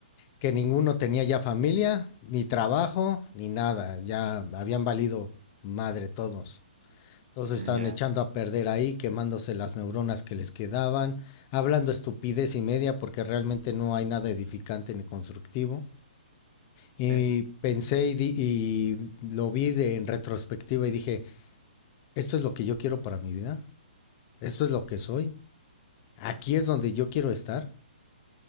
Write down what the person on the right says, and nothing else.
Mm, Ya.
Sí.